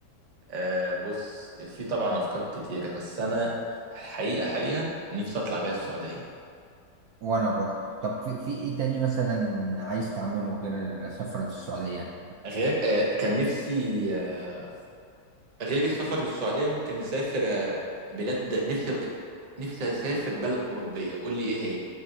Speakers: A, on the right; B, on the right.
A: آه بص في طبعا افكار كتيره بس انا حقيقه حقيقه نفسي اطلع بيها السعوديه
B: وانا برضه طب في, في ايه تاني مثلا عايز تعمله غير السفر للسعودية
A: غير آه كان نفسي آه غير السفر للسعوديه ممكن نسافر آه بلاد نفسي نفسي اسافر بلد اوروبيه قول لي ايه هي